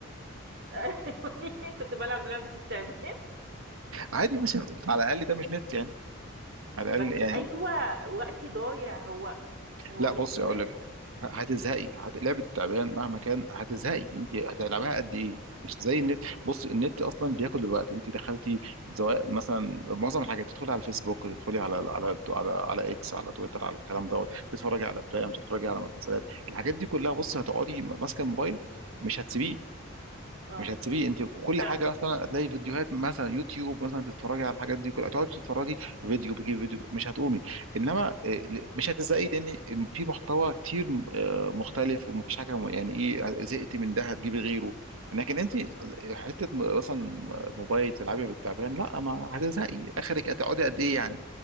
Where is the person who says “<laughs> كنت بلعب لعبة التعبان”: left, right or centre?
Right